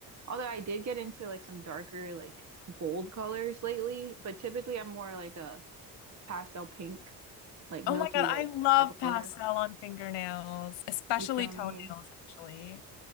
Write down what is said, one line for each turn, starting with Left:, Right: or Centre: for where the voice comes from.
Right: although I did get into like some darker, like bold colors lately, but typically I'm more like a pastel pink, like
Left: Oh
Right: milky
Left: my God,
Right: white
Left: I love
Right: type of
Left: pastel
Right: color.
Left: on fingernails, especially
Right: You feel
Left: toenails,
Right: me?
Left: actually.